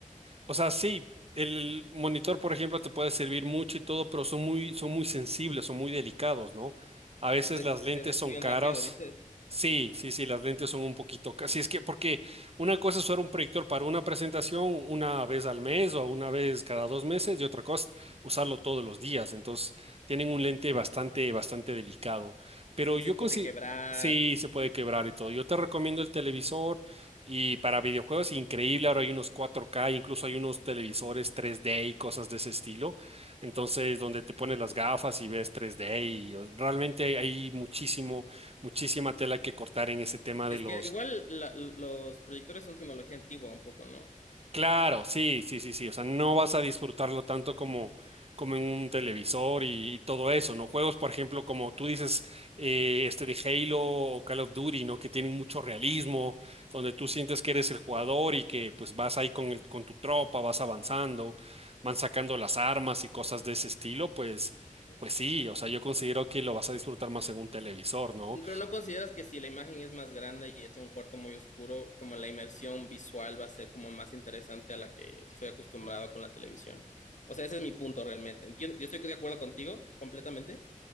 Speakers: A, on the right; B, on the left.
A: o sea, sí, el monitor, por ejemplo, te puede servir mucho y todo, pero son muy, son muy sensibles, son muy delicados, ¿no? A veces
B: Se,
A: las
B: se
A: lentes
B: destruyen
A: son caras.
B: rápido, dices,
A: Sí, sí, sí, las lentes son un poquito caras. Sí, es que, porque una cosa es usar un proyector para una presentación una vez al mes o una vez cada dos meses y otra cosa, usarlo todos los días. Entonces, tienen un lente bastante, bastante delicado. Pero
B: y
A: yo
B: se puede
A: considero,
B: quebrar.
A: sí, se puede quebrar y todo. Yo te recomiendo el televisor. Y para videojuegos increíble, ahora hay unos 4K, incluso hay unos televisores 3D y cosas de ese estilo. Entonces, donde te pones las gafas y ves 3D y o- realmente hay hay muchísimo, muchísima tela que cortar en ese tema
B: Es
A: de los
B: que igual la- los proyectores son tecnología antigua un poco, ¿no?
A: Claro, sí, sí, sí, sí. O sea, no vas a disfrutarlo tanto como, como en un televisor y, y todo eso, ¿no? Juegos, por ejemplo, como tú dices, eh, este de Halo o Call of Duty, ¿no? Que tienen mucho realismo, donde tú sientes que eres el jugador y que pues vas ahí con el, con tu tropa, vas avanzando, van sacando las armas y cosas de ese estilo, pues,
B: Ujú.
A: pues sí, o sea, yo considero que lo vas a disfrutar más en un televisor, ¿no?
B: Pero ¿no consideras que si la imagen es más grande y es en un cuarto muy oscuro, como la inmersión visual va a ser como más interesante a la que estoy acostumbrado con la televisión? O sea, ese es mi punto realmente. Yo, yo estoy de acuerdo contigo completamente,